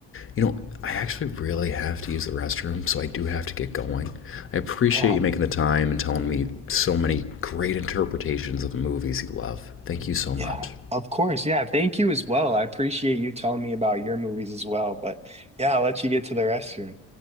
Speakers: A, on the left (about 45°); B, on the right (about 20°).
A: You know, I actually really have to use the restroom, so I do have to get going. I appreciate
B: Yeah.
A: you making the time and telling me so many great interpretations of the movies you love. Thank you so much.
B: Yeah, of course. Yeah, thank you as well. I appreciate you telling me about your movies as well. But yeah, I'll let you get to the restroom.